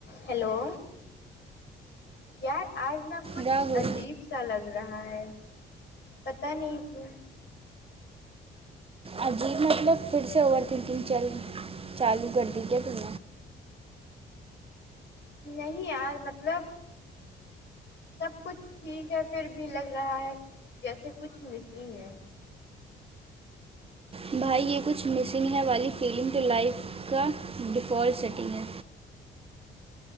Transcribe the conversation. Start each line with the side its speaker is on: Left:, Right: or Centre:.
Left: hello یار آج ن کچھ
Right: راہل
Left: عجیب ا سا لگ رہا ہے پت نہیں کیوں
Right: عجیب مطلب پھر سے اوور تھنکنگ چل چالو کر دییے پ
Left: نہیں یار مطلب سب کچھ ٹھیک ہے پھر بھی لگ رہا ہے جیسے کچھ مس ہی ہے
Right: بھائی یہ کچھ مسنگ ہے والی فلم ٹو لائف کا ڈیفالٹ سیٹنگ ہے